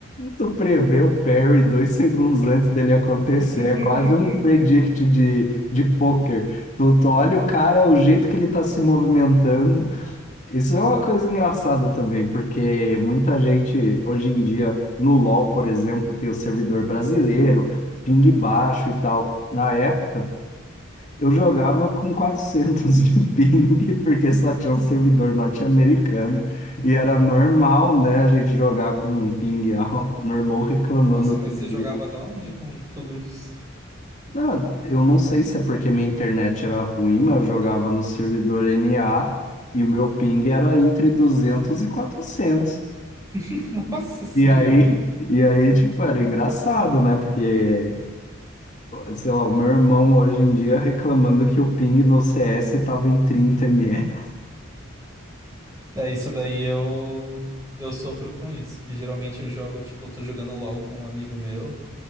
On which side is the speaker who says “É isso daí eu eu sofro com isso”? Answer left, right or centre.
Right